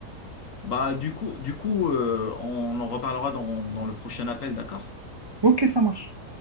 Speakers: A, on the left; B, on the right.
A: Bah, du coup, du coup, euh, on en reparlera dans, dans le prochain appel, d'accord?
B: Ok, ça marche.